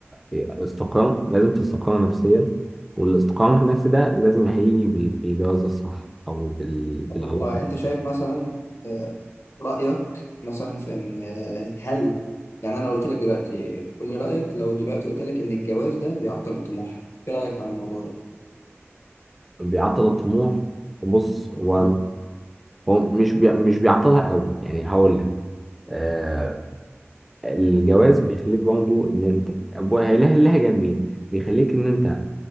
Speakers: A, in the centre; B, on the left.
A: استقرار لازم تستقر نفسيا والاستقرار النفسي ده لازم هيجي بال- بالجواز الصح او بال- بالعلاقة
B: طب هو انت
A: دي.
B: شايف مثلا آه، رأيك مثلا في ان آه، هل يعني انا لو قلت لك دلوقتي قول لي رأيك لو دلوقتي قلت لك ان الجواز ده بيعطل الطموح ايه رأيك عن الموضوع ده
A: بيعطل الطموح بص هو
B: اه
A: هو مش بي... مش بيعطلها قوي يعني هقول لك آه الجواز بيخليك برضه ان انت أبوها لها لها جنبين بيخليك ان انت